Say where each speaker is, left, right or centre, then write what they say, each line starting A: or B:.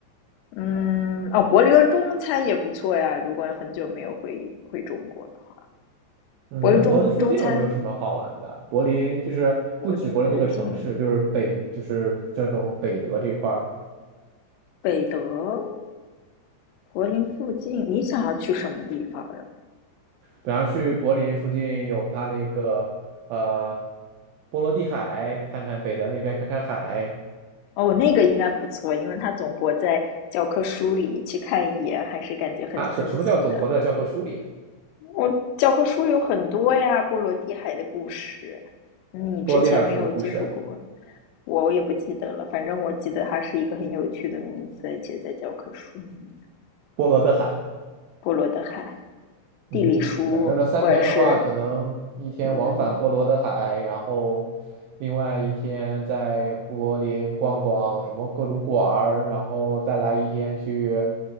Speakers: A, on the left; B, on the right.
A: 嗯，哦，柏林中餐也不错呀。如果很久没有回回中国的话，
B: 嗯，
A: 柏林中中餐，
B: 那柏林附近有没有什么好玩的？柏林就是不止柏林这个城市，
A: 柏林附近，
B: 就是北就是这种北德这块儿，
A: 北德，柏林附近，你想要去什么地方呀？
B: 比方去柏林附近有它那个呃波罗的海，看看北德那边看看海
A: 哦，那个应该不错，因为它总活在教科书里，去看一眼还是感觉很新奇的。
B: 啊，什什么叫总活在教科书里？
A: 我教科书有很多呀，波罗的海的故事，你之前没有接触过，
B: 波罗的海有什么故事？
A: 我也不记得了。反正我记得它是一个很有趣的名字，而且在教科书里面，
B: 波罗的海。
A: 波罗的海、
B: 嗯，
A: 地理书，
B: 可以。那这三天的话，
A: 或者是
B: 可能一天往返波罗的海，
A: 嗯
B: 然后另外一天在柏林逛逛什么各种馆儿，然后再来一天去